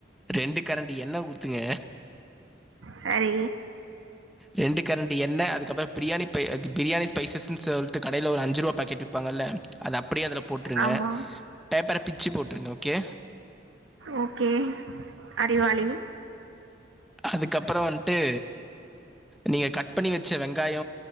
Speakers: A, in the centre; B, on the right.
A: ரெண்டு கரண்டி எண்ணெ ஊத்துங்க
B: சரி
A: ரெண்டு கரண்டி எண்ணெ அதுக்கப்றோ பிரியாணி பை பிரியாணி ஸ்பைசஸ்ன்னு சொல்ட்டு கடையில ஒரு அஞ்சுருவா பாக்கெட் விப்பாங்கல்ல அது அப்டியே அதுல போட்ருங்க
B: ஆமாம்
A: பேப்பர பிச்சி போட்ருங்க ஓகே
B: ஓகே அறிவாளி
A: அதுக்கப்றோ வன்ட்டு நீங்க கட் பண்ணி வெச்ச வெங்காய